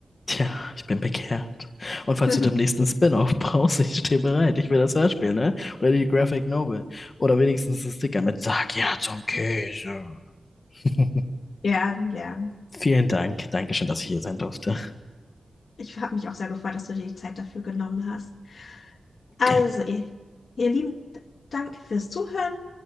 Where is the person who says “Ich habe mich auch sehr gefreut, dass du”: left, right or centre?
Left